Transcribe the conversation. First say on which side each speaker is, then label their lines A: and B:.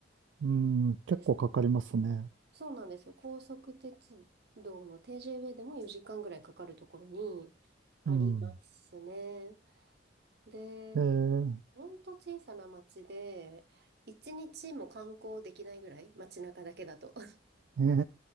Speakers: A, on the right (about 75°); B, on the right (about 60°).
A: うん、結構かかりますね。
B: です。そうなんですよ。高速鉄道の TJB でも4時間ぐらいかかるところにありますね。
A: うん。
B: で、
A: ええ、
B: ほんと小さな町で、一日も観光できないぐらい、街中だけだと。<laughs>
A: え